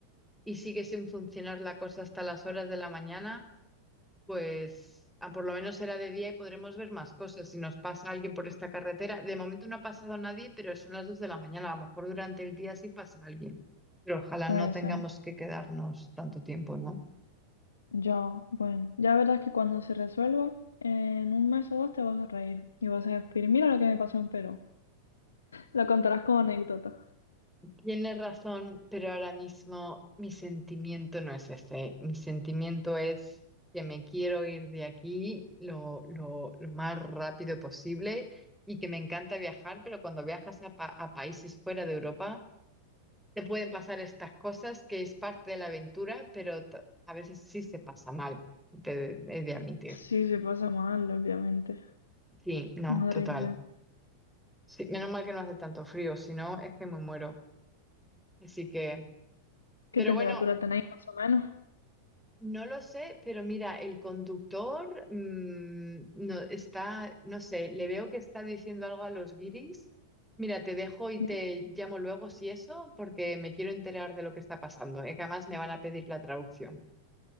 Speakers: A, in the centre; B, on the left.
A: y sigue sin funcionar la cosa hasta las horas de la mañana, pues ah, por lo menos será de día y podremos ver más cosas. Si nos pasa alguien por esta carretera, de momento no ha pasado nadie, pero son las dos de la mañana. A lo mejor durante el día sí pasa alguien, pero ojalá
B: Puede
A: no tengamos
B: ser.
A: que quedarnos tanto tiempo, ¿no?
B: Yo, bueno, ya verás que cuando se resuelva, en un mes o dos te vas a reír y vas a decir, mira lo que me pasó en Perú. Lo contarás como anécdota.
A: Tienes razón, pero ahora mismo mi sentimiento no es ese. Mi sentimiento es que me quiero ir de aquí lo, lo, lo más rápido posible y que me encanta viajar, pero cuando viajas a, pa- a países fuera de Europa, te pueden pasar estas cosas que es parte de la aventura, pero t- a veces sí se pasa mal, te he de admitir.
B: Sí, se pasa mal, obviamente.
A: Sí, no,
B: Madre
A: total.
B: mía.
A: Sí, menos mal que no hace tanto frío, si no es que me muero. Así que,
B: ¿Qué
A: pero
B: temperatura
A: bueno.
B: tenéis más o menos?
A: No lo sé, pero mira, el conductor mm, no, está, no sé, le veo que está diciendo algo a los guiris. Mira, te dejo y
B: ¿Eh?
A: te llamo luego si eso, porque me quiero enterar de lo que está pasando, ¿eh? Que además me van a pedir la traducción.